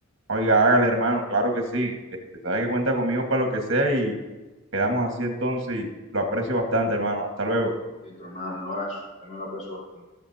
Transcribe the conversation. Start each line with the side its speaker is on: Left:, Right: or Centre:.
Right: Oiga, hágale, hermano, claro que sí. Este, sabe que cuenta conmigo para lo que sea y quedamos así entonces y lo aprecio bastante, hermano. Hasta luego.
Left: Listo, hermano, un abrazo. También lo aprecio bastante.